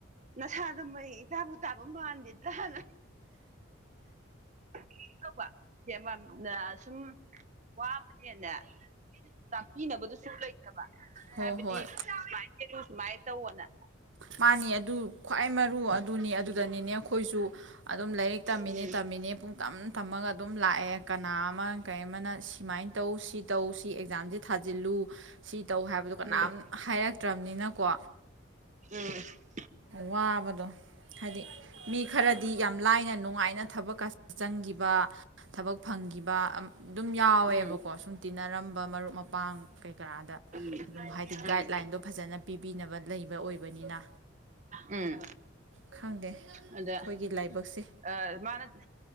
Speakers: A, on the right (about 35°); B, on the right (about 65°).
A: ꯅꯁꯥꯗꯣ ꯃꯌꯦꯡ ꯏꯇꯥꯥꯕꯨ ꯇꯥꯕ ꯃꯥꯟꯗꯦꯗꯅ <unintelligible> ꯁꯨꯝ ꯋꯥꯕꯅꯦꯅ ꯇꯥꯛꯄꯤꯅꯕꯗꯨꯁꯨ ꯂꯩꯇꯕ
B: ꯍꯣꯏ
A: ꯍꯥꯏꯕꯗꯤ
B: ꯍꯣꯏ
A: ꯁꯨꯃꯥꯏ ꯆꯦꯜꯂꯨ ꯁꯨꯃꯥꯏ ꯇꯧꯅ ꯑꯅ
B: ꯃꯥꯅꯦ ꯑꯗꯨ ꯈ꯭ꯋꯥꯏ ꯃꯔꯨ ꯑꯗꯨꯅꯦ ꯑꯗꯨ ꯗꯨꯗꯅꯤꯅꯦ ꯑꯈꯣꯏꯁꯨ ꯑꯗꯨꯝ ꯂꯥꯏꯔꯤꯛ ꯇꯝꯃꯤꯅꯦ
A: ꯎꯝ
B: ꯇꯝꯃꯤꯅꯦ ꯄꯨꯡ ꯇꯝ ꯇꯝꯃꯒ ꯑꯗꯨꯝ ꯂꯥꯛꯑꯦ ꯀꯅꯥ ꯑꯃ ꯀꯩ ꯑꯃꯅ ꯁꯤꯃꯥꯏꯟ ꯇꯧ ꯁꯤ ꯇꯧ ꯁꯤ ꯑꯦꯛꯖꯥꯝꯖꯤ ꯊꯥꯖꯤꯜꯂꯨ ꯁꯤ ꯇꯧ ꯍꯥꯏꯕꯗꯣ ꯀꯅꯥꯝ
A: ꯎꯝ
B: ꯍ ꯍꯥꯏꯔꯛꯇ꯭ꯔꯝꯅꯤꯅꯀꯣ
A: ꯎꯝ
B: ꯋꯥꯕꯗꯣ ꯍꯥꯏꯗꯤ ꯃꯤ ꯈꯔꯗꯤ ꯌꯥꯝ ꯂꯥꯏꯅ ꯅꯨꯡꯉꯥꯏꯅ ꯊꯕꯛꯀꯁꯦ ꯆꯪꯒꯤꯕ ꯊꯕꯛ ꯐꯪꯒꯤꯕ ꯑꯝ ꯗꯨꯝ ꯌꯥꯎꯋꯦꯕꯀꯣ
A: ꯎꯝ ꯎꯝ ꯎꯝ
B: ꯁꯨꯝ ꯇꯤꯟꯅꯔꯝꯕ ꯃꯔꯨꯞ ꯃꯄꯥꯡ ꯀꯩꯀ꯭ꯔꯥꯗ
A: ꯎꯝ
B: ꯑꯗꯨꯝ ꯍꯥꯏꯗꯤ
A: ꯎꯝ ꯎꯝ
B: ꯒꯥ꯭ꯏꯗꯂꯥ꯭ꯏꯟꯗꯣ ꯐꯖꯅ ꯄꯤꯕꯤꯅꯕ ꯂꯩꯕ ꯑꯣꯏꯕꯅꯤꯅ
A: ꯎꯝ
B: ꯈꯪꯗꯦ
A: ꯑꯗ
B: ꯑꯩꯈꯣꯏꯒꯤ ꯂꯥꯏꯕꯛꯁꯦ
A: ꯑ ꯃꯥꯅ